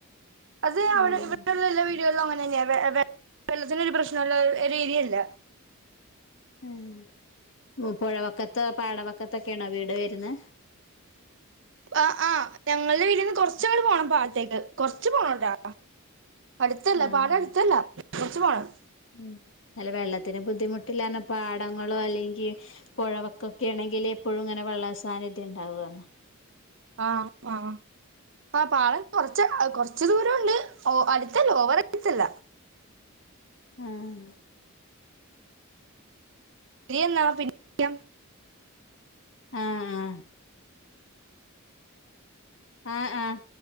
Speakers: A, on the right (about 60°); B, on the left (about 60°).
A: അതു അവിടെ
B: ആഹ്
A: ഇവിടെ ഉള്ള എല്ലാ വീ - ഇവിടെയുള്ള അങ്ങനെ തന്നെയായി വെള്ളത്തിൽ ഒരു പ്രശ്നമുള്ള ഒരു ഏരിയ അല്ല.
B: ഉം പുഴവക്കത്ത് പാടവക്കത്ത് ഒക്കെ ആണോ വീട് വരുന്നെ
A: ആഹ് ആഹ് ഞങ്ങളുടെ വീട്ടീന്ന് കുറച്ചങ്ങ് പോണം പാടത്തേക്ക് കുറച്ചു പോണട്ടോ. അടുത്തല്ല
B: ആഹ്
A: പാടം അടുത്തല്ല. ച്ച് പോണം.
B: ഉം അല്ല വെള്ളത്തിന് ബുദ്ധിമുട്ടില്ലാന്ന് പറഞ്ഞപ്പോ പാടങ്ങളോ അല്ലെങ്കി പൊഴവക്കൊക്കെ ആണെങ്കിൽ എപ്പോഴും ഇങ്ങനെ വെള്ള സാന്നിധ്യം ഇണ്ടാവോ
A: ആഹ് ആഹ് ആ പാടം കൊറച്ച് കൊറച്ച് ദൂരം ഉണ്ട് ഓ അടുത്തല്ല ഓവർ അടുത്തല്ല.
B: ആഹ്
A: ശരിയെന്നാ പിന്നെ വിളിക്കാം
B: ആഹ് ആഹ് ആഹ് ആഹ്